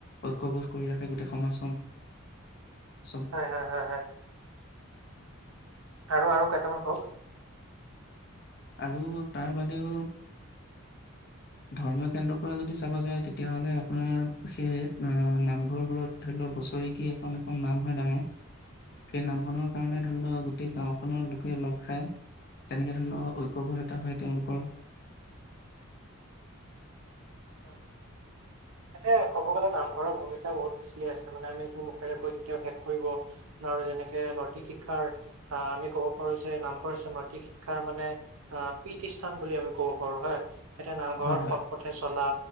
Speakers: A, on the left (about 45°); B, on the right (about 80°).
A: ঐক্যবোধ কৰি ৰাখে গোটেই সমাজখন। চব
B: হয়' হ' হ' হ'। আৰু আৰু কেইটামান কওক।
A: আৰু তাৰ বাদেও ধৰ্মীয় কেন্দ্ৰৰ পৰা যদি চাবা যায়, তেতিয়াাহলে আপোনাৰ সেই নামঘৰবোৰত ধৰি লও বছৰিক এখন এখন নাম হয়। ডাঙৰ সেই নামখনৰ কাৰণে ধৰি লও গোটেই গাওখনৰ লোকে লগ খাই তেনেকে ধৰি লওক- ঐক্যবোৰ এটা হয় তেওঁলোকৰ।
B: হয়, এয়া কব গলে নামঘৰৰ ভূমিকা বহুত বেছি আছে। মানে আমি এইটো মুখেৰে গৈ কেতিয়াও শেষ কৰিব যেনেকে নৈতিক শিক্ষাৰ আহ' আমি কব পাৰো যে নামঘৰ নৈতিক শিক্ষাৰ মানে আহ পীঠ সান বুলি আমি কব পাৰো হয়। এতিয়া নামঘৰত
A: হয় হয়
B: সৎ পথে চলা-